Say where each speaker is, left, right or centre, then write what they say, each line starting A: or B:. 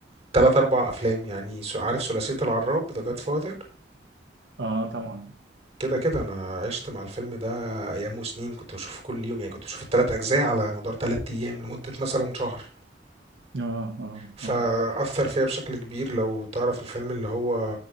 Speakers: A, on the right; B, on the right.
A: تلات اربع افلام يعني سو- عارف ثلاثية العراب The Godfather
B: اه طبعا
A: كده كده انا عشت مع الفيلم ده ايام وسنين كنت بشوفه كل يوم يعني كنت بشوف التلات اجزاء على مدار تلات ايام لمدة مثلا شهر
B: اه اه
A: فأثر
B: اه
A: فيا بشكل كبير لو تعرف الفيلم اللي هو